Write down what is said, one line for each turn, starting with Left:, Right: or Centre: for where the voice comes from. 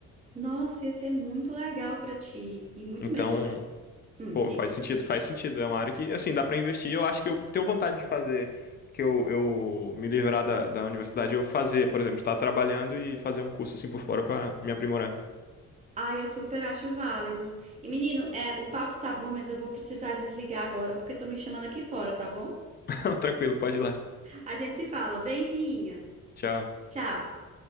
Right: Nossa, ia ser muito legal pra ti e muito
Left: Então,
Right: mesmo. mas- Hum,
Left: Pô,
Right: diga.
Left: faz sentido, faz sentido. É uma área que, assim, dá pra investir. Eu acho que eu tenho vontade de fazer, que eu, eu me livrar da, da universidade, eu fazer, por exemplo, estar trabalhando e fazer um curso assim por fora pra me aprimorar.
Right: Ah, eu super acho válido. E menino, é, o papo tá bom, mas eu vou precisar desligar agora porque estão me chamando aqui fora, tá bom?
Left: <laughs> Tranquilo, pode ir lá.
Right: A gente se fala. Beijinho.
Left: Tchau.
Right: Tchau.